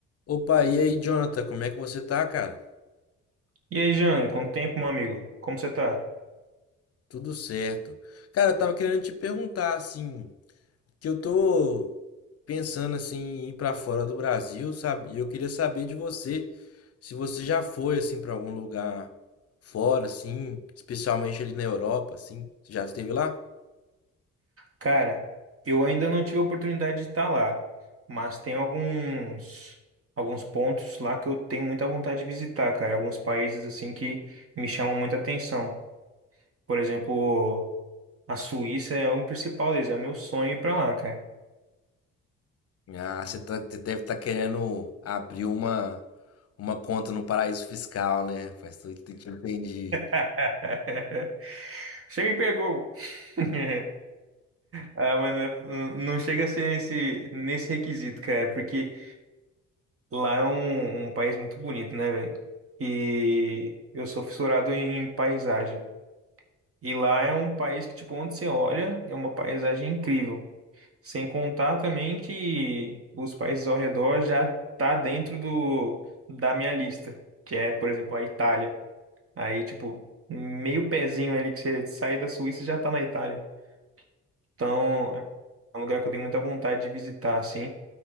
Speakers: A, on the left; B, on the right.
A: Opa, e aí, Jonathan, como é que você tá, cara?
B: E aí, Jânio, quanto tempo, meu amigo? Como você tá?
A: Tudo certo. Cara, eu tava querendo te perguntar, assim, que eu tô pensando, assim, em ir pra fora do Brasil, sabe? E eu queria saber de você, se você já foi, assim, pra algum lugar fora, assim, especialmente ali na Europa, assim. Você já esteve lá?
B: Cara, eu ainda não tive a oportunidade de estar lá, mas tem alguns alguns pontos lá que eu tenho muita vontade de visitar, cara. Alguns países assim que me chamam muita atenção. Por exemplo, a Suíça é um principal deles, é meu sonho ir pra lá, cara.
A: Ah, você tá- você deve estar querendo abrir uma, uma conta no paraíso fiscal, né? Faz tudo, tem que entendi.
B: <laughs> Você me pegou. <laughs> Ah, mas não, é- não chega a ser nesse, nesse requisito, cara, porque Lá é um, um país muito bonito, né, velho? E eu sou fissurado em, em paisagem. E lá é um país que, tipo, onde você olha, é uma paisagem incrível. Sem contar também que os países ao redor já tá dentro do, da minha lista, que é, por exemplo, a Itália. Aí, tipo, meio pezinho ali que você sai da Suíça já tá na Itália. Então, é um lugar que eu tenho muita vontade de visitar, assim.